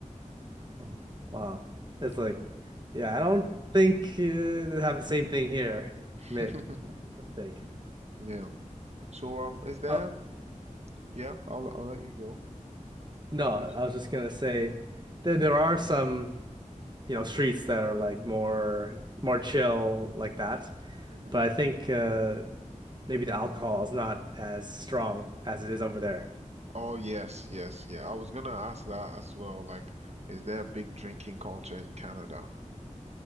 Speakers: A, on the right; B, on the right.
A: Um, Wow. It's
B: Yeah.
A: like, yeah, I don't think uh, they have the same thing here.
B: <laughs>
A: May- I think.
B: Yeah. So um, is there?
A: Uh,
B: Yeah, I'll I'll let you go.
A: no,
B: Yes.
A: I was just gonna say there there are some, you know, streets that are like more more chill like that.
B: Mhm.
A: But I think uh maybe the alcohol is not as strong as it is over there.
B: Oh yes, yes, yeah. I was gonna ask that as well. Like, is there a big drinking culture in Canada?